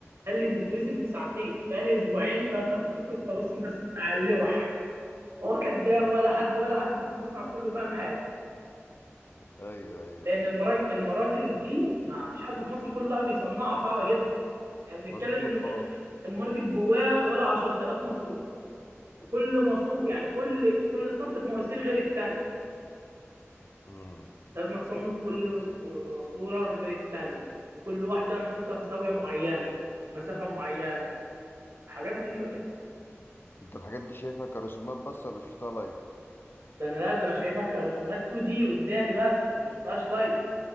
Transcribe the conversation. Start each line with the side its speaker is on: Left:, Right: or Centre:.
Right: قال لي دي تترسم في ساعتين بقى لي اسبوعين بف- بفك الطلاسم بس بتاع اللوح هو كداب ولا حد ولا حد في المصنع كله فاهم حاجه
Left: ايوه ايوه
Right: لان
Left: ايوه
Right: المراجل المراجل دي ما فيش حد في مصر كلها بيصنعها صعبه جدا يعني بنتكلم
Left: مظبوط
Right: ان
Left: اه
Right: المرجل جواه ولا 10000 ماسوره كل ماسور يعني كل كل اسطمبه مواسير غير الثانيه
Left: امم
Right: لازم تصمم كل مست- ماسوره غير الثانيه وكل واحده محطوطه في زاويه معينه وبمسافه معينه حاجات غريبه كده
Left: انت الحاجات دي شايفها كرسومات بس ولا شفتها لايف
Right: ده انا لا ده انا شايفها كرسومات 2 دي قدامي بس انا ما شفتهاش لايف